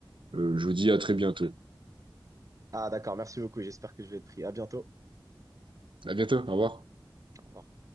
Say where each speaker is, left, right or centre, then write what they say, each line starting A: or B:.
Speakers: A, on the right; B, on the right.
A: euh, je vous dis à très bientôt.
B: Ah d'accord, merci beaucoup. J'espère que je vais être pris. À bientôt.
A: À bientôt. Au revoir.
B: Au revoir.